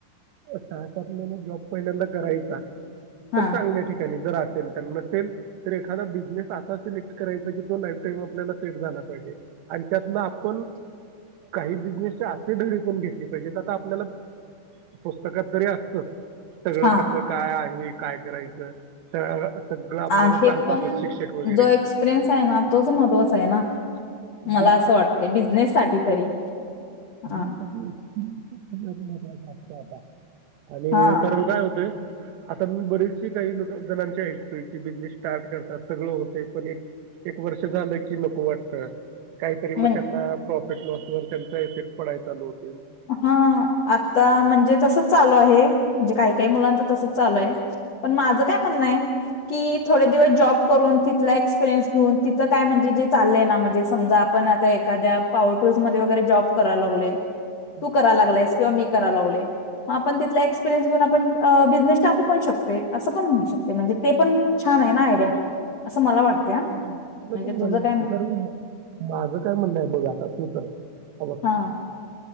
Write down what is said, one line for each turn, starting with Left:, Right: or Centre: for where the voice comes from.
Right: सहा - सात महिने जॉब पहिल्यांदा करायचा.
Left: हा
Right: पण चांगल्या ठिकाणी. त्यांनी जर असेल. तर नसेल तर एखादा बिझनेस असा सिलेक्ट करायचा. की, तो लाईफ टाईम आपल्याला सेट झाला पाहिजे. आणि त्यातन पण काही बिझनेसचे असे, धडे पण घेतले पाहिजेत. आता आपल्याला पुस्तकात तरी असतच. सगळं,
Left: हा
Right: कसं, काय आहे? काय, करायचं? सगळं आपल्याला
Left: आहे
Right: सांगतातच
Left: पण,
Right: शिक्षक वगैरे
Left: जो एक्सपिरियन्स आहे ना. तोच महत्त्वाचा आहे ना.
Right: <unintelligible>
Left: मला असं वाटतंय बिझनेस साठी तरी हा
Right: एक्सपिरीयन्सच, सगळ्यात महत्त्वाचा असतो आता. आणि
Left: हा
Right: कारण काय होतय आता मी बरेचसे काही लोक जणांचे ऐकतोय की, बिझनेस स्टार्ट करतात. सगळं होतय. पण एक एक वर्ष झालं की, नको वाटतं. की मग
Left: म्हण
Right: त्यांना, प्रॉफिट- लॉसवर, त्यांचा इफेक्ट पडाय चालू होत.
Left: हा, आता म्हणजे तसंच चालू आहे. म्हणजे, काही- काही मुलांच तसंच चालूय. पण, माझं काय म्हणणंय. की, थोडे दिवस जॉब करून. तिथला एक्सपिरियन्स घेऊन. तिथं काय म्हणजे, जे चालय ना. म्हणजे, समजा पण आता एखाद्या, पॉवरटूल्स मध्ये वगैरे. जॉब करायला लागलोय.
Right: हम्म.
Left: तू कराय लागलायस. किंवा मी कराय लागलोय. मग आप तिथला एक्सपिरियन्स घेऊन. आपण अ बिझनेस टाकू पण शकतोय. असं पण होऊ शकतंय. म्हणजे ते
Right: <unintelligible>
Left: पण छान आहे ना आयडिया असं मला वाटते हा म्हणजे तुझं काय म-
Right: माझं काय म्हणणंय. बघ आता, तू तर. हे बघ.
Left: हा